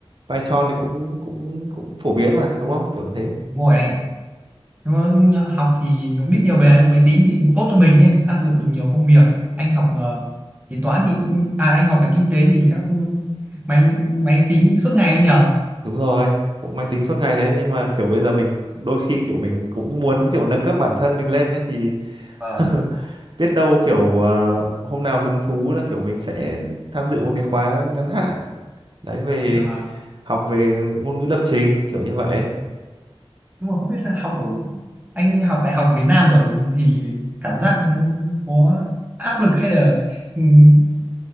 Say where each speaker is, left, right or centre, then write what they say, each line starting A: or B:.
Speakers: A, on the right (about 50°); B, on the right (about 15°).
A: Python thì cũng cũng cũng phổ biến mà đúng không kiểu thế
B: đúng rồi anh ạ Nhưng mà học thì nó biết nhiều về máy tính thì cũng tốt cho mình ấy áp dụng được nhiều công việc anh học ờ, thì toán thì cũng- à anh học về kinh tế thì chắc máy máy tính suốt ngày anh nhỉ
A: đúng rồi cũng máy tính suốt ngày đấy nhưng mà kiểu bây giờ mình đôi khi kiểu mình cũng muốn kiểu nâng cấp bản thân mình lên ấy thì
B: Vâng.
A: <laughs> biết đâu kiểu à, hôm nào hứng thú là kiểu mình sẽ tham dự một cái khóa ngắn hạn đấy về
B: à,
A: học về ngôn ngữ lập trình kiểu như vậy
B: nhưng mà không biết là học ở anh học đại học ở Việt Nam rồi thì cảm giác có áp lực hay là ừm,